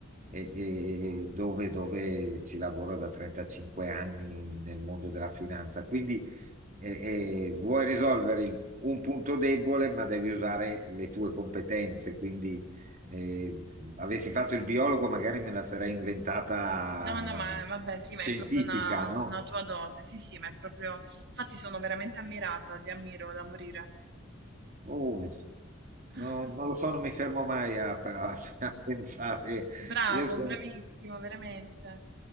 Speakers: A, on the right (about 40°); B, on the right (about 60°).
A: e- e dove, dove ci lavoro da 35 anni nel mondo della finanza. Quindi eh, eh, vuoi risolvere il- un punto debole, ma devi usare le tue competenze. Quindi e avessi fatto il biologo, magari me la sarei inventata
B: No, no, ma vabbè, sì, ma
A: scientifica,
B: è proprio una,
A: no?
B: una tua dote. Sì, sì, ma è proprio... Infatti sono veramente ammirata, ti ammiro da morire.
A: Oh,
B: <laughs>
A: no- non lo so, non mi fermo mai a, a- a <laughs> pensare.
B: Bravo,
A: Io sono.
B: bravissimo, veramente.